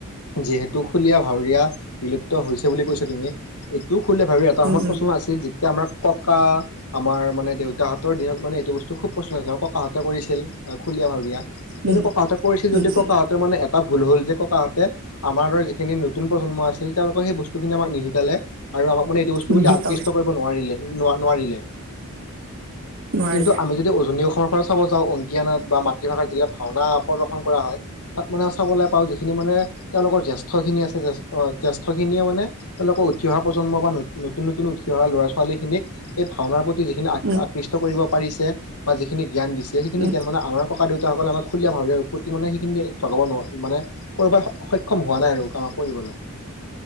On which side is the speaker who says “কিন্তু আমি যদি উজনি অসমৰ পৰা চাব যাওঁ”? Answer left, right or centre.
Left